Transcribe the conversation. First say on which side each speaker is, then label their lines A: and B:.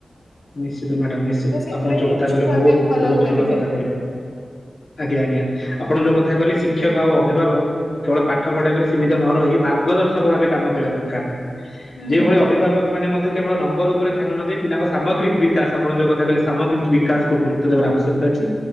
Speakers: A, on the left; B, on the left.
A: ନିଶ୍ଚିତ ମାଡାମ ନିଶ୍ଚିତ
B: ସେଥିରେ
A: ଆପଣ ଯୋଉ କଥା
B: ଛୁଆ
A: କହିଲେ ବହୁତ
B: ବି ଭଲ
A: ବହୁତ
B: ୱେରେ
A: ସୁନ୍ଦର
B: ଯାଇପାରିବେ।
A: କଥା କହିଲେ ଆଜ୍ଞା ଆଜ୍ଞା ଆପଣ ଯୋଉ କଥା କହିଲେ ଶିକ୍ଷକ ଆଉ ଅଭିଭାବକ କେବଳ ପାଠ ପଢେଇବାରେ ସୀମିତ ନ ରହି ମାର୍ଗଦର୍ଶନ କ ଭାବେ କାମ କରିବା ଦରକାର
B: ହୁଁ।
A: ଯେଉଭଳି ଅଭିଭାବକ ମାନେ ମଧ୍ୟ କେବଳ ନମ୍ବର ଉପରେ ଧ୍ୟାନ ନଦେଇ ପିଲାଙ୍କ ସାମଗ୍ରିକ ବିକାଶ ଆପଣ ଯୋଉ କଥା କହିଲେ ସାମଗ୍ରୀିକ ବିକାଶକୁ ଗୁରୁ୍ତ୍ବ ଦେବାର ଆବଶ୍ୟକ ଅଛି।